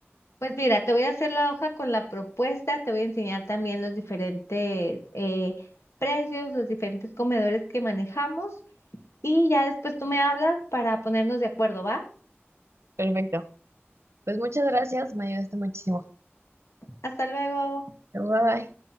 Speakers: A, on the left (about 80°); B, on the right (about 75°).
A: Pues mira, te voy a hacer la hoja con la propuesta, te voy a enseñar también los diferentes eh, precios, los diferentes comedores que manejamos. Y ya después tú me hablas para ponernos de acuerdo, ¿va?
B: Perfecto. Pues muchas gracias, me ayudaste muchísimo.
A: Hasta luego.
B: Bye bye.